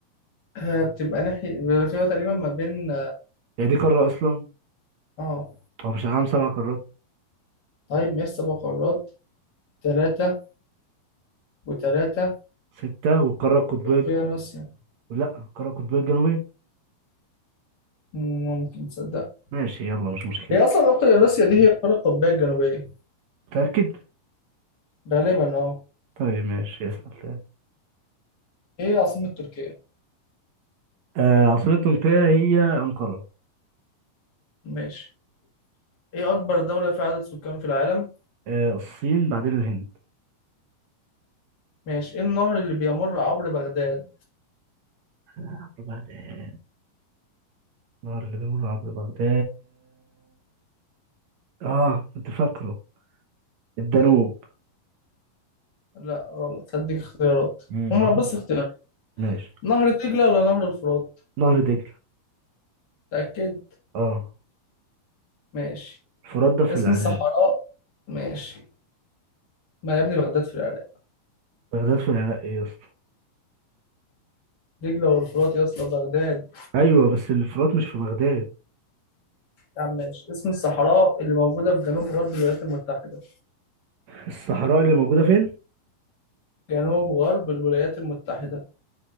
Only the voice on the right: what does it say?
هي دي قارة أصلا
هو مش العالم سبع قارات
ستة والقارة القطبية
الج- لا القارة القطبية الجنوبية
ماشي يلا مش مشكلة
متأكد
طيب ماشي اسأل
آه عاصمة تركيا هي أنقرة
آه الصين بعدين الهند
عبر بغداد نهر اللي بيمر عبر بغداد اه كنت فاكره الدانوب
امم
رقم
ماشي
نهر دجلة
اه
الفرات ده في
العراق
بغداد في العراق ايه يا اسطى
ايوه بس الفرات مش في بغداد
الصحراء اللي موجودة فين